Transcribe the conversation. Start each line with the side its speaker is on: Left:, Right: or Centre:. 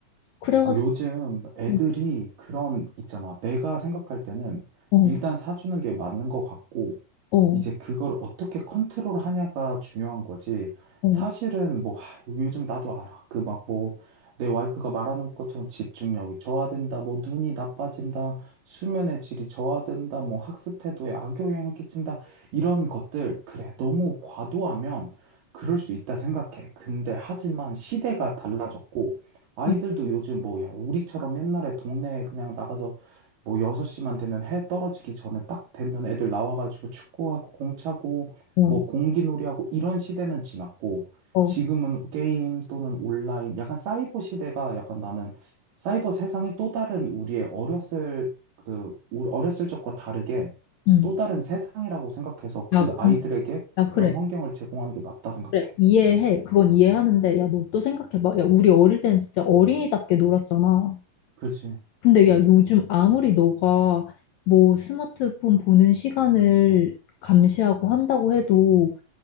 Left: 그래가지고,
Right: 아, 요즘 애들이
Left: 어,
Right: 그런, 있잖아. 내가 생각할 때는
Left: 어,
Right: 일단 사주는 게 맞는 것 같고,
Left: 어,
Right: 이제 그걸 어떻게 컨트롤 하냐가 중요한 거지.
Left: 어,
Right: 사실은 뭐, 하, 요즘 나도 알아. 그 막 뭐, 내 와이프가 말하는 것처럼 집중력이 저하된다, 뭐, 눈이 나빠진다, 수면의 질이 저하된다, 뭐, 학습 태도에 악영향을 끼친다, 이런 것들. 그래, 너무 과도하면 그럴 수 있다 생각해. 근데 하지만 시대가 달라졌고, 아이들도
Left: 어,
Right: 요즘 뭐, 야, 우리처럼 옛날에 동네에 그냥 나가서 뭐 6시만 되면 해 떨어지기 전에 딱 되면 애들 나와가지고 축구하고 공 차고
Left: 어,
Right: 뭐 공기놀이하고 이런 시대는 지났고
Left: 어.
Right: 지금은 게임 또는 온라인 약간 사이버 시대가 약간 나는 사이버 세상이 또 다른 우리의 어렸을 그 우- 어렸을 적과 다르게
Left: 음.
Right: 또 다른 세상이라고 생각해서 그
Left: 야,
Right: 아이들에게
Left: 야,
Right: 그런
Left: 그래.
Right: 환경을 제공하는 게 맞다 생각해.
Left: 그래. 이해해. 그건 이해하는데, 야, 너 또 생각해봐. 야, 우리 어릴 때는 진짜 어린이답게 놀았잖아.
Right: 그지,
Left: 근데 야, 요즘 아무리 너가 뭐 스마트폰 보는 시간을 감시하고 한다고 해도